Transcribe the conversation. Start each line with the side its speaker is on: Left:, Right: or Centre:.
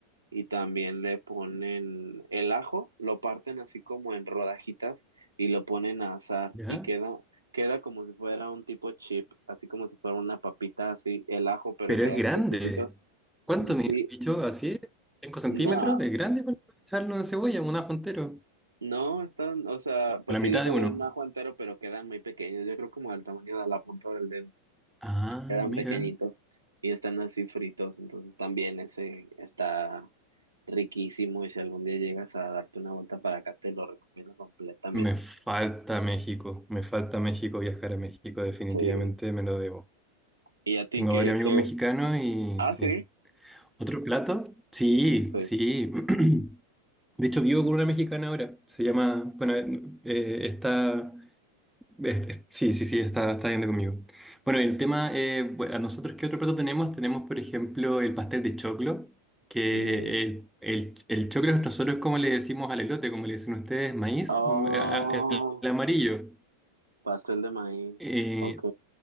Right: y también le ponen el ajo, lo parten así como en rodajitas y lo ponen a asar
Centre: ¿Ya?
Right: y queda, queda como si fuera un tipo chip, así como si fuera una papita así, el ajo, pero
Centre: Pero
Right: en pedacitos
Centre: es grande.
Right: chiquitos.
Centre: ¿Cuánto mide
Right: Sí,
Centre: el bicho ¿Así? ¿Cinco centímetros?
Right: no.
Centre: ¿Es grande para echarlo en cebolla? ¿Un ajo entero?
Right: No, están, o sea, pues
Centre: O la
Right: sí
Centre: mitad
Right: le ponen
Centre: de uno.
Right: un ajo entero, pero quedan muy pequeños. Yo creo como del tamaño de la punta del dedo.
Centre: Ah,
Right: Quedan
Centre: mira.
Right: pequeñitos y están así fritos. Entonces también ese está riquísimo. Y si algún día llegas a darte una vuelta para acá, te lo recomiendo completamente.
Centre: Me falta México. Me falta México. Viajar a México definitivamente
Right: Sí.
Centre: me lo debo.
Right: ¿Y a ti
Centre: Tengo
Right: qué,
Centre: varios amigos
Right: qué?
Centre: mexicanos y
Right: Ah,
Centre: sí.
Right: sí.
Centre: ¿Otro plato? Sí,
Right: Sí.
Centre: sí. <clears throat> De hecho, vivo con una mexicana ahora. Se llama, bueno, eh, está, este- sí, sí, sí, está, está viendo conmigo. Bueno, el tema, eh, bueno, nosotros, ¿qué otro plato tenemos? Tenemos, por ejemplo, el pastel de choclo, que
Right: Mm.
Centre: el, el, el choclo nosotros, como le decimos al elote, como le dicen ustedes, maíz,
Right: Oh,
Centre: eh, el, el amarillo.
Right: pastel de maíz.
Centre: Eh,
Right: Ok.